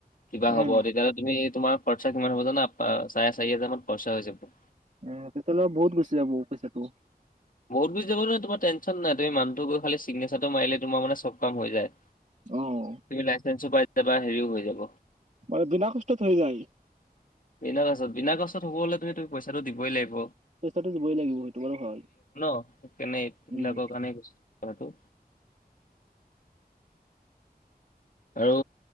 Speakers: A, on the left; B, on the right.
A: কিবা
B: উম
A: হব তেতিয়াহ'লে তুমি তোমাৰ খৰচা কিমান হ'ব জানা পা-চাৰে চাৰি হাজাৰ মান খৰচা হৈ যাব।
B: উম, তেতিয়াহলে বহত গুছি যাব পইচাটো।
A: বহুতু গুচি যাব মানে তোমাৰ টেনচন নাই তুমি মানুহটো গৈ খালী চিগনেচাৰটো মাৰিলে তোমাৰ মানে চব কাম হৈ যায়।
B: অ'।
A: তুমি লাইচেন্ঞ্চো পাই যাবা হেৰিও হৈ যাব।
B: মানে বিনা কষ্টত হৈ যায়
A: বিনা কষ্টত বিনা কষ্টত হব হলে তুমি পইচাটো দিবই লাগিব
B: পইচাটো দিবই লাগিব সেইটো বাৰু হয়
A: সেইটো কাৰণে
B: উম
A: মিলাব কাৰণে গৈছিলোঁ কথাটো। আৰু